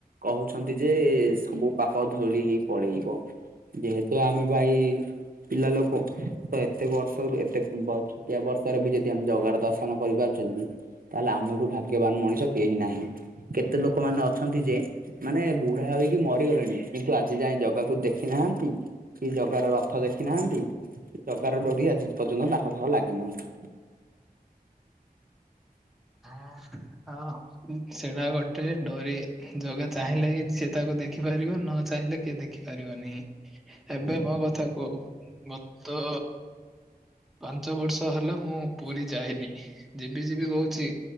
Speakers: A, on the right; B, in the centre.
A: କହୁଛନ୍ତି ଯେ ସବୁ ପାପ ଧୋଳି ହେଇ ପଳେଇବ, ଯେହେତୁ ତ ଆମେ ଭାଇ ପିଲା ଲୋକତ ଏତେ ବର୍ଷରୁ ଏତେ ଛୋଟିଆ ବର୍ଷରେ ବି ଯଦି ଆମେ ଜଗାର ଦର୍ଶନ କରିପାରୁଛନ୍ତି ତାହେଲେ ଆମଠୁ ଭାଗ୍ୟବାନ ମଣିଷ କେହି ନାହିଁ, କେତେ ଲୋକମାନେ ଅଛନ୍ତି ଯେ ମାନେ ବୁଢା ହେଇକି ମରିଗଲେଣି କିନ୍ତୁ ଆଜି ଯାଏ ଜାଗାକୁ ଦେଖିନାହାନ୍ତି। କି ଜଗାର ରଥ ଦେଖିନାହାନ୍ତି, ଜଗାର ଡୋରି ଆଜି ପର୍ଯ୍ୟନ୍ତ ତାଙ୍କ ସହ ଲାଗିନାହିଁ।
B: ହଁ ସେଟା ଗୋଟେ ଡୋରି ଜଗା ଚାହିଁଲେ ହିଁ ସିଏ ତାକୁ ଦେଖି ପାରିବ ନ ଚାହିଁଲେ କିଏ ଦେଖି ପାରିବନି। ଏବେ ମୋ କଥା କୁହ ମୋତେ ତ ପାଞ୍ଚ ବର୍ଷ ହେଲା ମୁଁ ପୁରୀ ଯାଇନି। ଯିବି ଯିବି କହୁଛି